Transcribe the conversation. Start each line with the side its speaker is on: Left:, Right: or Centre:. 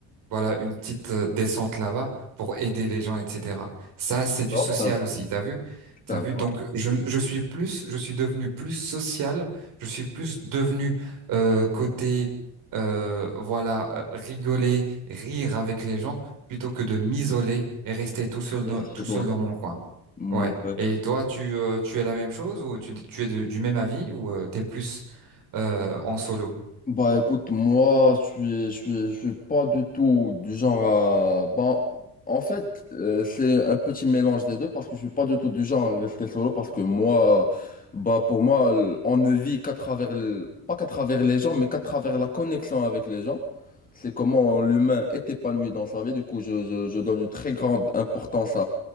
Right: voilà une petite euh, descente là-bas pour aider les gens, etc. Ça, c'est
Left: D'accord,
Right: du social
Left: sympa.
Right: aussi, t'as vu? T'as
Left: Sympa.
Right: vu? Donc je, je suis plus je suis devenu plus social, je suis plus devenu euh, côté euh, voilà euh, rigoler, rire avec les gens plutôt que de m'isoler et rester tout seul
Left: Reste
Right: dans,
Left: Chez
Right: tout
Left: toi.
Right: seul dans mon coin.
Left: Ouais.
Right: Ouais. Et toi, tu, euh, tu es la même chose ou tu, tu es de- du même avis ou euh, t'es plus euh, en solo?
Left: Bah écoute, moi, je suis, je suis, je suis pas du tout du genre à... Bah, en fait, euh, c'est un petit mélange des deux parce que je suis pas du tout du genre à rester solo parce que moi, bah pour moi, l- on ne vit qu'à travers, le- pas qu'à travers les gens, mais qu'à travers la connexion avec les gens. C'est comment l'humain est épanoui dans sa vie. Du coup, je, je, je donne une très grande importance